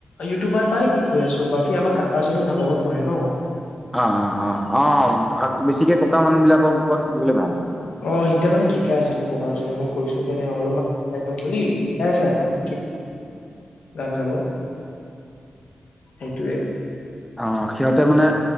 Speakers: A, on the left (about 80°); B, in the centre.
A: ইউটিউবাৰ পাই শিকো আছো। বাকী আমাৰ কাকাজনো ভাগৱত পঢ়ে ন। <unintelligible>
B: অ অ অ অ বেছিকে ককা মানুহ বিলাকৰ উপৰত <unintelligible> শিকিবলৈ ভাল
A: অ সিতে মানে শিকাই আছে, মোক ককাজনে মোক কৈছো কেনে অলপমান শিকাই দিয়ক বুলি। শিকাই আছে আৰু <unintelligible>
B: <inaudible>
A: গান গাব সেইটোৱে।
B: অ সিহঁতে মানে,